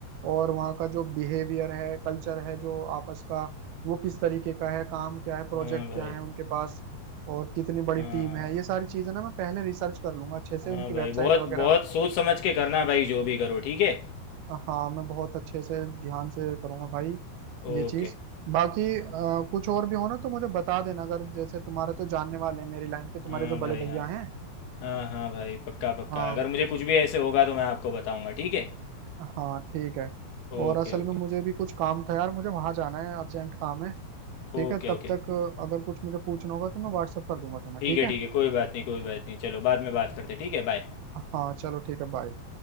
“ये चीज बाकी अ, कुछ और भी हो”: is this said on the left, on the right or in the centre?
Right